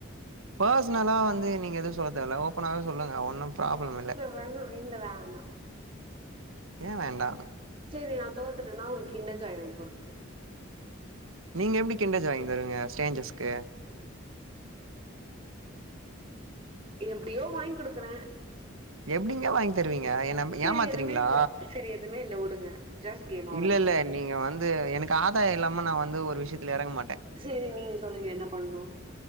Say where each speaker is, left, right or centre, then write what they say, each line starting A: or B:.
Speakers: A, on the right (about 80°); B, on the right (about 25°).
A: பர்சனலா வந்து நீங்க எதுவு சொல்லத் தேவயில்ல ஓப்பனாவே சொல்லுங்க ஒன்னு ப்ராப்ளம் இல்ல
B: வேணா இல்ல வேணா
A: ஏன் வேண்டா
B: சேரி நா தோத்துடன்ன உங்களுக்கு கின்டர்ஜாய் வாங்கி குடுக்றே
A: நீங்க எப்டி கிண்டர்ஜாய் வாங்கி தருவீங்க ஸ்ட்ரேன்ஜர்ஸ்க்கு
B: எப்டியோ வாங்கி குடுக்கறன்
A: எப்டிங்க வாங்கி தருவீங்க என்ன
B: சேரி
A: ஏமாத்துறீங்ளா
B: எதுவுமே இல்ல சேரி எதுவுமே இல்ல வுடுங்க ஜெஸ்ட் கேம் அவ்ளோதா
A: இல்ல இல்ல நீங்க வந்து எனக்கு ஆதாயோ இல்லாம நா வந்து ஒரு விஷயத்துல எறங்க மாட்டே
B: சரி நீங்க சொல்லுங்க என்ன பண்ணனு